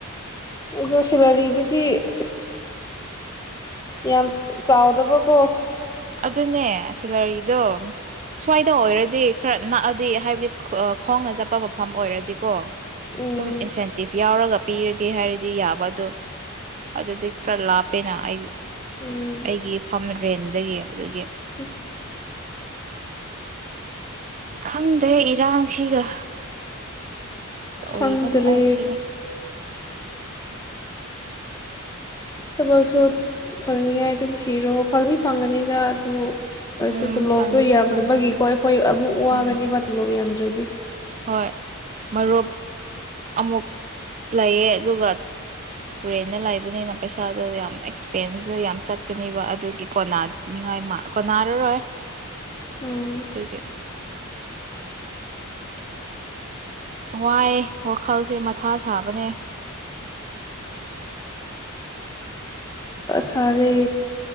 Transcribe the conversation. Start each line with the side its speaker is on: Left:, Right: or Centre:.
Left: ꯑꯗꯣ ꯁꯦꯂꯔꯤꯗꯨꯗꯤ ꯑ ꯌꯥꯝ ꯆꯥꯎꯗꯕꯀꯣ
Right: ꯑꯗꯨꯅꯦ ꯁꯂꯔꯤꯗꯣ ꯁ꯭ꯋꯥꯏꯗ ꯑꯣꯏꯔꯗꯤ ꯈꯔ ꯅꯛꯑꯗꯤ ꯍꯥꯏꯕꯗꯤ ꯈꯣꯡꯅ ꯆꯠꯄ ꯃꯐꯝ ꯑꯣꯏꯔꯗꯤꯀꯣ
Left: ꯎꯝ
Right: ꯑꯗꯨꯝ ꯏꯟꯁꯦꯟꯇꯤꯞ ꯌꯥꯎꯔꯒ ꯄꯤꯔꯒꯦ ꯍꯥꯏꯔꯗꯤ ꯌꯥꯕ ꯑꯗꯣ ꯑꯗꯨꯗꯤ ꯈꯔ ꯂꯥꯞꯄꯦꯅ ꯑꯩ
Left: ꯎꯝ
Right: ꯑꯩꯒꯤ ꯏꯐꯝ ꯔꯦꯟ ꯑꯗꯨꯌꯦ ꯑꯗꯒꯤ
Left: ꯎꯝ
Right: ꯈꯪꯗ꯭ꯔꯦ ꯏꯔꯥꯡꯁꯤꯒ ꯇꯧꯔꯤꯕ
Left: ꯀꯪꯗ꯭ꯔꯦ
Right: ꯃꯑꯣꯡꯁꯤꯒ
Left: ꯊꯕꯛꯁꯨ ꯐꯪꯅꯤꯡꯉꯥꯏ ꯑꯗꯨꯝ ꯊꯤꯔꯣ ꯐꯪꯅꯤ ꯐꯪꯒꯅꯤꯅ ꯑꯗꯨ ꯑꯁꯁꯨ
Right: ꯎꯝ
Left: ꯇꯣꯂꯣꯞꯇꯣ
Right: ꯐꯪꯗꯤ
Left: ꯌꯥꯝꯗꯕꯒꯤꯀꯣ
Right: ꯐꯪꯕꯅꯦ
Left: ꯑꯩꯈꯣꯏ ꯑꯃꯨꯛ ꯋꯥꯒꯅꯦꯕ
Right: ꯎꯝ
Left: ꯇꯣꯂꯣꯞ ꯌꯥꯝꯗ꯭ꯔꯗꯤ <unintelligible>
Right: ꯍꯣꯏ ꯃꯔꯨꯞ ꯑꯃꯨꯛ ꯂꯩꯌꯦ ꯑꯗꯨꯒ ꯔꯦꯟꯅ ꯂꯩꯕꯅꯤꯅ ꯄꯩꯁꯥꯗꯣ ꯌꯥꯝ ꯑꯦꯛꯁꯄꯦꯟꯁꯇ ꯌꯥꯝ ꯆꯠꯀꯅꯦꯕ ꯑꯗꯨꯒꯤ ꯀꯣꯅꯥꯅꯤꯡꯉꯥꯏ ꯀꯣꯅꯥꯔꯔꯣꯏ
Left: ꯎꯝ
Right: ꯑꯗꯨꯒꯤ ꯑ ꯋꯥꯏꯑꯦ ꯋꯥꯈꯜꯁꯦ ꯃꯊꯥ ꯁꯥꯕꯅꯦ
Left: ꯁꯔꯦ